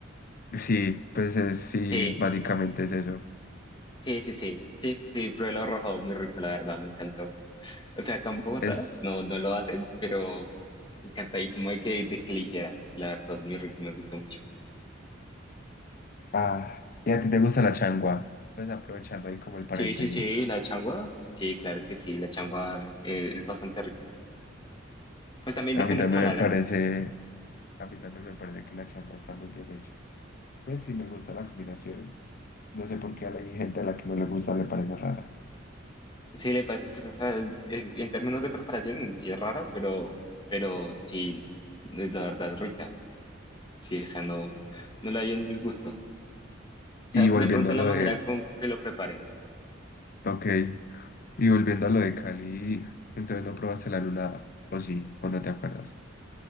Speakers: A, on the left (about 45°); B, on the left (about 25°).
A: Sí, pues es, sí,
B: Sí,
A: básicamente es eso.
B: sí, sí, sí, sí, sí, probé lo rajado, muy rico, la verdad, me encantó. O sea, acá en Bogotá
A: Es,
B: no, no lo hacen, pero encantadísimo de que, de que lo hicieran. La verdad es muy rico, me gusta mucho.
A: ah, y a ti te gusta la changua, pues aprovechando ahí como el paréntesis.
B: Sí, sí, sí, la changua. Sí, claro que sí, la changua eh, es bastante rica. Pues también
A: A
B: depende
A: mí también
B: cómo la hagan,
A: me parece,
B: ¿no?
A: a mí también me parece que la changua está muy bien hecha. Pues sí me gusta la combinación. No sé por qué a la hay gente a la que no le gusta, le parece rara.
B: Sí, le parece, pues o sea, eh, en términos de preparación en sí es raro, pero, pero sí, es la verdad rica. Sí, o sea, no, no le hay un disgusto. O sea,
A: Y volviendo
B: de pronto
A: a
B: la
A: lo
B: manera
A: de,
B: con que lo preparen.
A: ok, y volviendo a lo de Cali, entonces no probaste la lulada, o sí, o no te acuerdas.